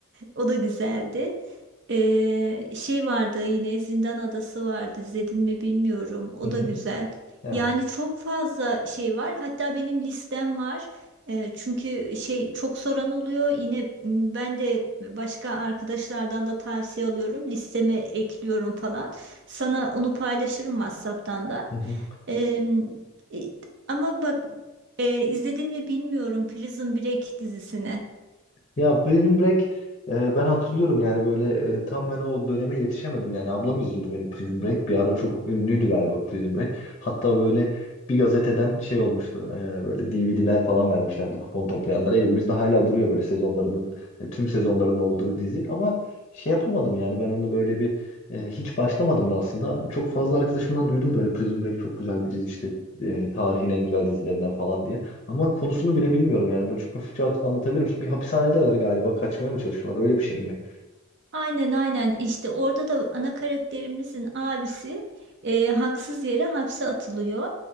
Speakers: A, on the right (about 60°); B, on the left (about 35°).
A: O da güzeldi. Ee, şey vardı yine Zindan Adası vardı. İzledin mi bilmiyorum. O
B: Hı hı,
A: da güzel.
B: evet.
A: Yani çok fazla şey var. Hatta benim listem var. Ee, çünkü şey çok soran oluyor. Yine m, ben de başka arkadaşlardan da tavsiye alıyorum. Listeme ekliyorum falan. Sana onu paylaşırım WhatsApp'tan da.
B: Hı hı.
A: Ee, e, ama bak e, izledin mi bilmiyorum Prison Break dizisini.
B: Ya Prison Break e, ben hatırlıyorum yani böyle e, tam ben o döneme yetişemedim yani ablam izliyordu benim Prison Break bir ara çok ünlüydü galiba Prison Break hatta böyle bir gazeteden şey olmuştu e, böyle DVD'ler falan vermişlerdi kupon toplayanlara evimizde hala duruyor böyle sezonlarının e, tüm sezonların olduğu dizi ama şey yapamadım yani ben onu böyle bir e, hiç başlamadım da aslında çok fazla arkadaşımdan duydum böyle Prison Break çok güzel bir dizi işte e, tarihin en güzel dizilerinden falan diye. Ama konusunu bile bilmiyorum yani. Böyle çok hafifçe at- anlatabilir misin? Bir hapishanedeler galiba. Kaçmaya mı çalışıyorlar? Öyle bir şey mi?
A: Aynen aynen işte orada da ana karakterimizin abisi e, haksız yere hapse atılıyor